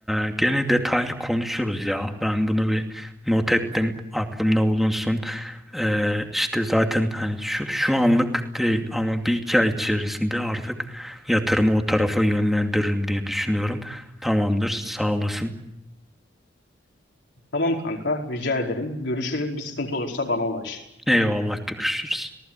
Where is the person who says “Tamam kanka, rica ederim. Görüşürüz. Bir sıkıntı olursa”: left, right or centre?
Left